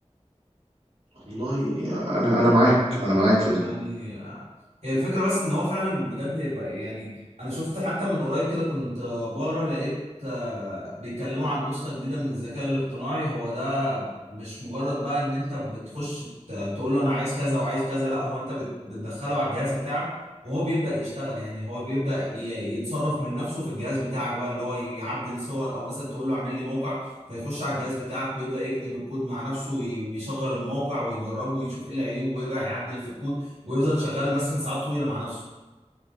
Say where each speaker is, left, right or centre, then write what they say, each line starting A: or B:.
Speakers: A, on the right; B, on the right.
A: والله انا انا معاك انا معاك في ده
B: يعني هي الفكرة بس ان هو فعلا بجد بقى- يعني انا شفت حتى من قريب كده كنت آه، بقرا لقيت آه، بيتكلموا عن نسخة جديدة من الذكاء الاصطناعي هو ده مش مجرد بقى ان انت بتخش ت- تقول له انا عايز كذا وعايز كذا لا هو انت بت- بتدخله على الجهاز بتاعك وهو بيبدأ يشتغل يعني هو بيبدأ ي- يتصرف من نفسه في الجهاز بتاعك بقى اللي هو يعدل صور او مثلا تقول له اعمل لي موقع فيخش على الجهاز بتاعك ويبدأ يكتب الكود مع نفسه وي- ويشغل الموقع ويجربه ويشوف ايه العيوب ويرجع يعدل في الكود ويفضل شغال مثلا ساعات طويله مع نفسه